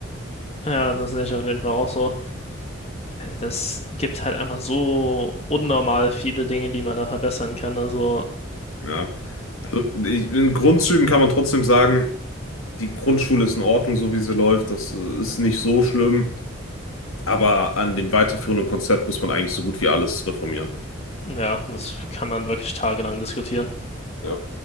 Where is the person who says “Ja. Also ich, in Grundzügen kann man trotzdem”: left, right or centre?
Left